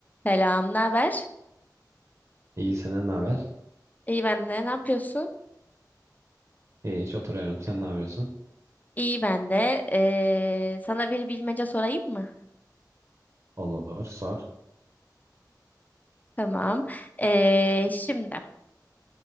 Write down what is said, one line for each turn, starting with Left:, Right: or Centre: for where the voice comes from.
Left: Selam, ne haber?
Right: İyi senden ne haber?
Left: İyi ben de. Ne yapıyorsun?
Right: İyi hiç oturuyorum. Sen ne yapıyorsun?
Left: İyi ben de. Ee, sana bir bilmece sorayım mı?
Right: Olur sor.
Left: Tamam. Ee, şimdi